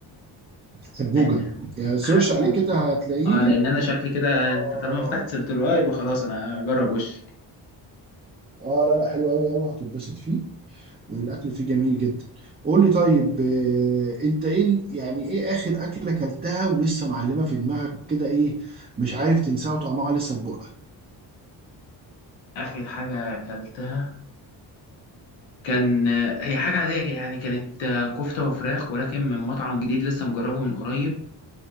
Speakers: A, on the right; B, on the left.
A: سبوجه
B: لان
A: يعني سيرش
B: حجوج
A: عليه كده هتلاقيه
B: اه لان انا شكلي كده
A: اه
B: انت طالما فتحت سيرة الرقاق يبقى خلاص انا اجرب وش
A: آه، لا لا حلو قوي قوي هتتبسط فيه الاكل فيه جميل جدا قول لي طيب آه، انت ايه ال- يعني ايه اخر اكله اكلتها ولسه معلمه في دماغك كده ايه مش عارف تنساها وطعمها لسه في بقك
B: اخر حاجة اكلتها كان هي حاجة عادية يعني كانت كفتة وفراخ ولكن من مطعم جديد لسه مجربه من قريب